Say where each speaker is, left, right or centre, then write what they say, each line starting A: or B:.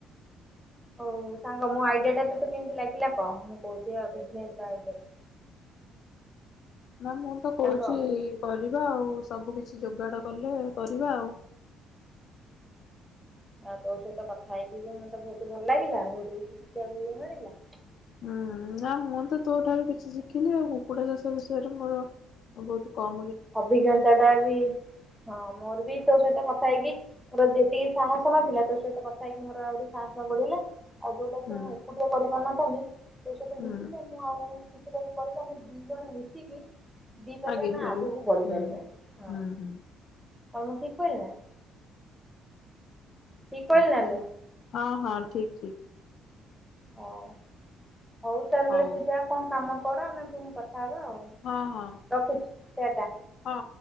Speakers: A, in the centre; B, on the left.
A: ହଉ ସାଙ୍ଗ ମୋ ଆଇଡିଆ ଟା ତତେ କେନ୍ତେ ଲାଗିଲା କହ ମୁଁ କହୁଛିି ବିଜିନେସ୍ ଆଇଡିଆ ଟା।
B: ନା ମୁଁ ତ କହୁଛି
A: ସାଙ୍ଗ।
B: କରିବା ଆଉ ସବୁ କିଛି ଯୋଗାଡ କଲେ କରିବା ଆଉ।
A: ଆଉ ତୋ ସହିତ କଥା ହେଇକି ବି ମତେ ବହୁତ ଭଲ ଲାଗିଲା ବହୁତ କିଛି ଶିଖିବାକୁ ବି ମିଳିଲା।
B: ହୁଁ ନା ମୁଁ ତ ତୋ ଠାରୁ କିଛି ଶିଖିଲି ଆଉ କୁକୁଡ଼ା ଚାଷ ବିଷୟରେ ମୋର ବହୁତ କମ୍
A: ଅଭିଜ୍ଞତା ଟା ବି ହଁ ମୋର ବି ତୋ ସହିତ କଥା ହେଇକି ମୋର ଯେତିକି ସାହସ ନଥିଲା ତୋ ସହିତ କଥା ହେଇକି ମୋର ଆହୁରି ସାହସ ବଢିଲା। ଆଉ ଯୋଉଟା
B: ହୁଁ
A: କି ମୁଁ ଏକୁଟିଆ କରିପାରିନଥାନ୍ତି ତୋ ସହିତ
B: ହୁଁ
A: ମିଶିଲେ ମୁଁ ଆଉ କିଛିଟାଇ କରିକି ଆମେ ଦି ଜଣ ମିଶିକି ଦି ପାଦେ
B: ଆଗେଇ
A: ଆମେ
B: ପାରିବା
A: ଆ ଆଗକୁ ବଢିପାରିବା
B: ହୁଁ।
A: ହଁ
B: ହୁଁ ହୁଁ
A: କଣ ମୁଁ ଠିକ୍ କହିଲେ ନା। ଠିକ କହିଲି
B: ଆଛା
A: ନା ଲୋ
B: ହଁ ହଁ ଠିକ୍ ଠିକ୍।
A: ହଉ ହଉ ତା ହେଲେ
B: ହଉ
A: ତୁ ଯା କ'ଣ କାମ କର ଆମେ ପୁଣି କଥା ହବା ଆଉ।
B: ହଁ ହଁ
A: ରଖୁଛି ଟା ଟା
B: ହଁ।